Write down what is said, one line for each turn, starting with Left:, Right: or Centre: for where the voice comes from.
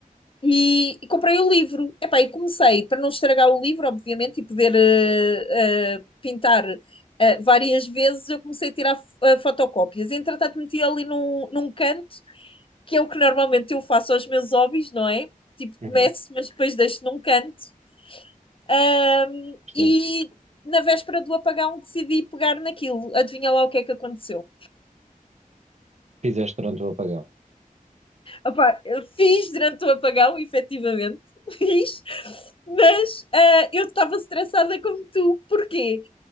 Left: e, e comprei o livro. Epá, e comecei, para não estragar o livro, obviamente, e poder eh, eh, pintar eh, várias vezes, eu comecei a tirar f- eh, fotocópias. Entretanto, meti ali num, num canto que é o que normalmente eu faço aos meus hobbies, não é? Tipo,
Right: Uhum.
Left: começo, mas depois deixo num canto. Ahm,
Right: Percebo.
Left: e na véspera do apagão decidi pegar naquilo. Adivinha lá o que é que aconteceu.
Right: Fizeste durante o apagão.
Left: Opá, eu fiz durante o apagão, efetivamente, <laughs> fiz, mas ah, eu estava estressada como tu. Porquê?